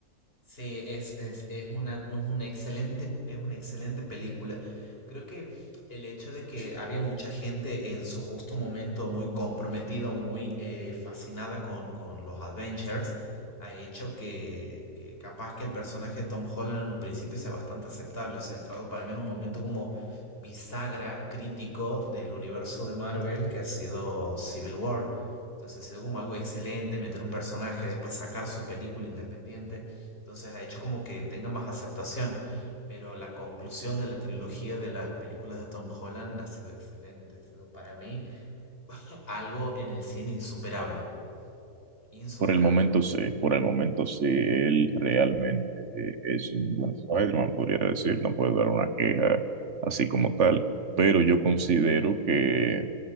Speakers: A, on the left; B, on the right.
A: Sí, es, es, es una, es una excelente, es una excelente película. Creo que el hecho de que había mucha gente en su justo momento muy comprometida, o muy eh, fascinada con, con los adventures, ha hecho que, que capaz que el personaje de Tom Holland en un principio sea bastante aceptable. O sea, ha entrado para mí en un momento como bisagra crítico del universo de Marvel que ha sido Civil War. Entonces ha sido como algo excelente meter un personaje, después sacar su película independiente. Entonces ha hecho como que tenga más aceptación, pero la conclusión de la trilogía de las películas de Tom Holland ha sido excelente, ha sido para mí <laughs> algo en el cine insuperable, insuperable.
B: Por el momento sí, por el momento sí, él realmente eh, es un buen Spider-Man, podría decir, no puedo dar una queja así como tal, pero yo considero que